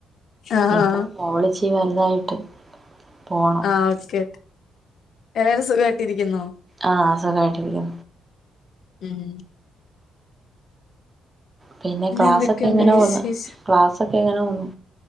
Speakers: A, on the left; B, on the right.
A: ആഹ്
B: യിപ്പൊ
A: ആഹ്
B: മോളിച്ചി വലുതായിട്ട് പോണം
A: ആ ഓക്കെ കേ എല്ലാവരും സുഖവായിട്ടിയിരിക്കുന്നോ
B: ആഹ സുഖവായിട്ടിരിക്കുന്നു
A: ഉം
B: പിന്നെ ക്ലാസ്സ്‌
A: എന്തൊക്കെയുണ്ട്
B: ഒക്കെ എങ്ങനെ
A: വിശേഷം
B: പോന്ന് ക്ലാസ്സ്‌ ഒക്കെ എങ്ങനെ പോന്ന്